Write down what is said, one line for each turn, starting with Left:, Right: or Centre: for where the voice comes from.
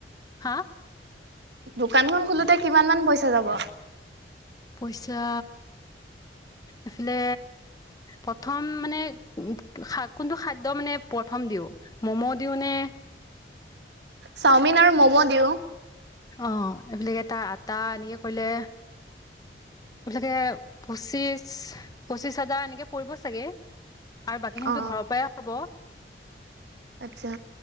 Left: হা!
Right: দোকানখন খুলোতে কিমান মান পইচা যাব।
Left: পইচা এইফালে প্ৰথম মানে উম কোনটো খাদ্য মানে প্ৰথম দিওঁ মম' দিওঁ নে <inaudible>
Right: চাওমিন আৰু ম'ম' দিওঁ।
Left: অ, এইবিলাকে এটা আটা এনেকে কৰিলে। মূঠতে পঁচিশ পঁচিশ হাজাৰ এনেকে পৰিব চাগে। আৰু বাকী খিনিতো
Right: অ
Left: ঘৰৰ পৰাই হ'ব।
Right: আচ্ছা